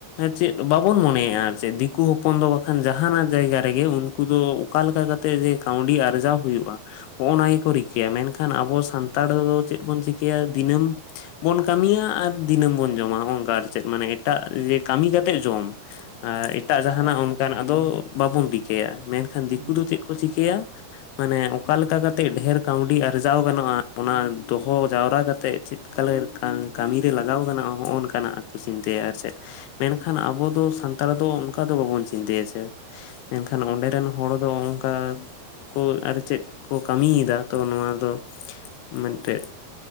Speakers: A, on the left (about 85°); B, on the right (about 55°).
A: ᱪᱮᱫ ᱵᱟᱵᱚᱱ ᱢᱚᱱᱮᱭᱟᱼᱟ ᱟᱨ ᱪᱮᱫ ᱫᱤᱠᱩ ᱦᱚᱯᱚᱱ ᱫᱚ ᱵᱟᱠᱷᱟᱱ ᱡᱟᱦᱱᱟᱜ ᱡᱟᱭᱜᱟ ᱨᱮᱜᱮ ᱩᱱᱠᱩ ᱫᱚ ᱚᱠᱟ ᱞᱮᱠᱟ ᱠᱟᱛᱮᱫ ᱛᱮ ᱡᱮ ᱠᱟᱹᱣᱰᱤ ᱟᱨᱡᱟᱣ ᱦᱩᱭᱩᱜᱼᱟ ᱱᱚᱜᱼᱚ ᱱᱟ ᱜᱮᱠᱚ ᱨᱤᱠᱟᱹᱭᱟ ᱢᱮᱱᱠᱷᱟᱱ ᱟᱵᱚ ᱥᱟᱱᱼᱼ ᱱᱟᱱᱛᱟᱲ ᱫᱚ ᱪᱮᱫ ᱵᱚᱱ ᱪᱤᱠᱟᱹᱭᱟ ᱫᱤᱱᱟᱹᱢᱼᱼ ᱵᱚᱱ ᱠᱟᱹᱢᱤᱭᱟ ᱟᱨ ᱫᱤᱱᱟᱹᱢ ᱵᱚᱱ ᱡᱚᱢᱟ ᱱᱚᱜᱼᱚ ᱱᱚᱝᱠᱟ ᱟᱨ ᱪᱮᱫ ᱢᱟᱱᱮ, ᱮᱴᱟᱜ
B: ᱦᱩᱸ
A: ᱡᱮ ᱠᱟᱹᱢᱤ ᱠᱟᱛᱮᱜ ᱡᱚᱢ ᱟᱨ ᱮᱴᱟᱜ ᱡᱟᱦᱱᱟᱜ
B: ᱟᱫᱚ
A: ᱚᱱᱠᱟᱱᱟᱜ ᱫᱚ ᱵᱟᱵᱚᱱ ᱵᱤᱠᱼᱼ ᱠᱮᱭᱟ ᱢᱮᱱᱠᱷᱟᱱ
B: ᱦᱩᱸ
A: ᱫᱤᱠᱩ ᱫᱚ ᱪᱮᱫ ᱠᱚ ᱪᱤᱠᱼᱼ ᱪᱤᱠᱟᱹᱭᱟ ᱢᱟᱱᱮ ᱚᱠᱟ ᱞᱮᱠᱟ ᱠᱟᱛᱮᱜ ᱰᱷᱮᱨ ᱠᱟᱹᱣᱰᱤ ᱟᱨᱡᱟᱣ ᱜᱟᱱᱚᱜᱼᱟ᱾ ᱚᱱᱟ ᱫᱚᱦᱚ ᱡᱟᱣᱨᱟ ᱠᱟᱛᱮᱜ ᱪᱮᱫ ᱠᱟ ᱞᱮᱠᱷᱟᱱ ᱠᱟᱹᱢᱤᱨᱮ ᱞᱟᱜᱟᱣ ᱠᱟᱱᱟᱟᱱᱚᱜ ᱦᱚᱜᱼᱚ ᱱᱚᱝ ᱠᱟᱱᱟᱜ, ᱪᱤᱱᱛᱟᱹᱭᱟ ᱟᱨ ᱪᱮᱫ ᱢᱮᱱᱠᱷᱟᱱ ᱟᱵᱚ ᱫᱚ ᱥᱟᱱᱛᱟᱲ ᱫᱚ ᱚᱱᱠᱟ ᱫᱚ ᱵᱟᱵᱚᱱ ᱪᱤᱱᱛᱟᱹᱭᱟ ᱪᱮ ᱢᱮᱱᱠᱷᱟᱱ ᱚᱸᱰᱮ ᱨᱮᱱ ᱦᱚᱲ ᱫᱚ ᱚᱱᱠᱟᱼᱼ ᱠᱚ ᱟᱨ ᱪᱮᱫ ᱠᱚ ᱠᱟᱹᱢᱤᱭᱮᱫᱟ, ᱛᱚ ᱱᱚᱣᱟ ᱫᱚ ᱢᱮᱜᱴᱮᱡ